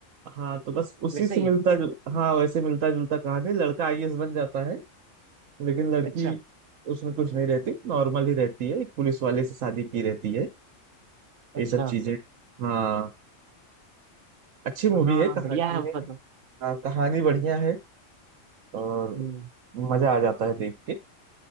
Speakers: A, on the right (about 80°); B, on the right (about 50°).
A: हाँ तो बस उसी
B: वैसे
A: से
B: ही
A: मिलता
B: है
A: जु... हाँ वैसे मिलता जुलता कहानी लड़का आईएएस बन जाता है लेकिन लड़की
B: अच्छा
A: उसमें कुछ नहीं रहती नॉर्मल ही रहती है एक पुलिस वाले से शादी की रहती है
B: अच्छा
A: ये सब चीजें हाँ अच्छी मूवी
B: हाँ
A: है कहानी
B: बढ़िया है मतलब
A: हाँ, कहानी बढ़िया है और
B: हम्म,
A: मजा आ जाता है देख के